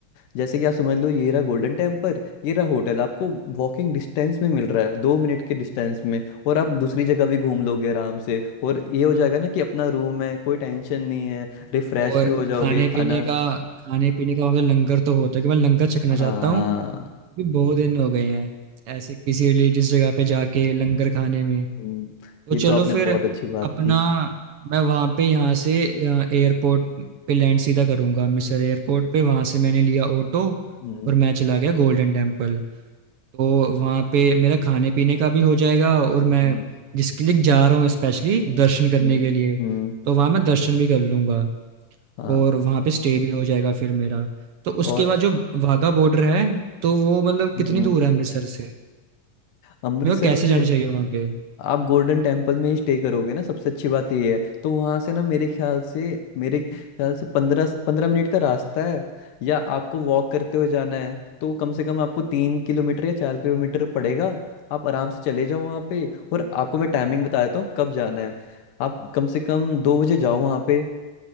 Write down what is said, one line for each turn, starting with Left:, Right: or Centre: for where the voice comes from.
Left: जैसे कि आप समझ लो ये रहा गोल्डन टेम्पल ये रहा होटल आपको वॉकिंग डिस्टेंस में मिल रहा है दो मिनट के डिस्टेंस में और आप दूसरी जगह भी घूम लोगे आराम से और ये हो जाएगा ना कि अपना रूम है कोई टेंशन नहीं है रिफ्रेश
Right: और
Left: भी हो जाओगे
Right: खाने
Left: खाना
Right: पीने का खाने पीने का वहाँ पे लंगर तो होता है कि मैं लंगर चखना
Left: हाँ
Right: चाहता हूँ क्योंकि बहुत दिन हो गए हैं ऐसे किसी रिलीजियस जगह पे जाके लंगर खाने में
Left: हम्म,
Right: तो
Left: ये
Right: चलो
Left: तो आपने
Right: फिर
Left: बहुत अच्छी बात
Right: अपना
Left: की
Right: मैं वहाँ पे यहाँ से एयरपोर्ट पे लैंड सीधा करूँगा मिसर एयरपोर्ट पे वहाँ से मैंने लिया ऑटो
Left: हम्म
Right: और मैं चला गया गोल्डन टेम्पल तो वहाँ पे मेरा खाने पीने का भी हो जाएगा और मैं
Left: हम्म
Right: जिसके लिए जा रहा हूँ स्पेशली
Left: हम्म
Right: दर्शन करने
Left: हम्म,
Right: के लिए
Left: हम्म,
Right: तो वहाँ मैं दर्शन भी कर लूँगा
Left: हाँ
Right: और वहाँ पे स्टे भी हो जाएगा फिर मेरा तो
Left: और
Right: उसके बाद जो वाघा बॉर्डर है तो वो मतलब
Left: हम्म,
Right: कितनी दूर है अमृतसर से
Left: अमृतसर
Right: मेरे को कैसे
Left: से
Right: जाना चाहिए वहाँ पे
Left: आप गोल्डन टेम्पल में ही स्टे करोगे ना सबसे अच्छी बात ये है तो वहाँ से ना मेरे ख्याल से मेरे ख्याल से पंद्रह पंद्रह मिनट का रास्ता है या आपको वॉक करते हुए जाना है तो कम से कम आपको तीन किलोमीटर या चार किलोमीटर पड़ेगा आप आराम से चले जाओ वहाँ पे और आपको मैं टाइमिंग बता देता हूँ कब जाना है आप कम से कम दो बजे जाओ वहाँ पे